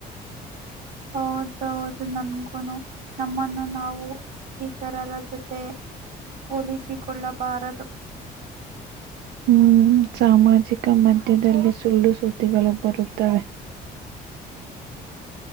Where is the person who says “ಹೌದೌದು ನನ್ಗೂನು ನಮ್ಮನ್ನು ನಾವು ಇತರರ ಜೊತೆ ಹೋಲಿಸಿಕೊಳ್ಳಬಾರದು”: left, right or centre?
Right